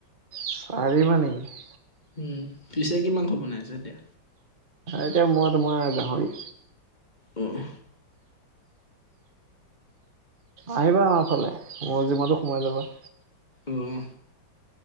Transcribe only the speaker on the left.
উম্, পিছে কি মাংস বনাইছে এতিয়া?
উম্,
উম্,